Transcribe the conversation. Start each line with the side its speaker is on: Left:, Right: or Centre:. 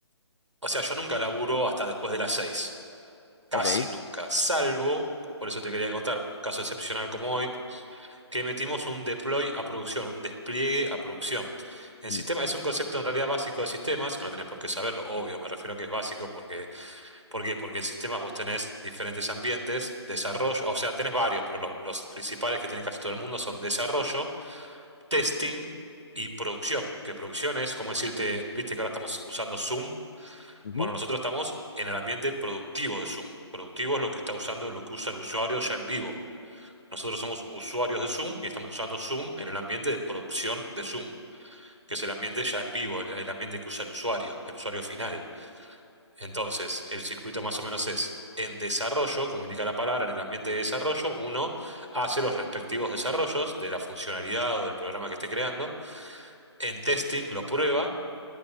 Right: o sea, yo nunca laburo hasta después de las seis, casi
Left: Ok.
Right: nunca, salvo, por eso te quería contar, un caso excepcional como hoy, que metimos un deploy a producción, un despliegue a producción. En sistema,
Left: Mm,
Right: es un concepto en realidad básico de sistemas, que no tenés por qué saberlo, obvio, me refiero a que es básico porque ¿Por qué? Porque en sistemas vos tenés diferentes ambientes, desarrollo, o sea, tenés varios, pero lo- los principales que tiene casi todo el mundo son desarrollo, testing y producción. Que producción es como decirte, viste que ahora estamos usando Zoom.
Left: ujú.
Right: Bueno, nosotros estamos en el ambiente productivo de Zoom. Productivo es lo que está usando, lo que usa el usuario ya en vivo. Nosotros somos usuarios de Zoom y estamos usando Zoom en el ambiente de producción de Zoom, que es el ambiente ya en vivo, el el ambiente que usa el usuario, el usuario final. Entonces, el circuito más o menos es en desarrollo, como indica la palabra, en el ambiente de desarrollo, uno hace los respectivos desarrollos de la funcionalidad o del programa que esté creando. En testing lo prueba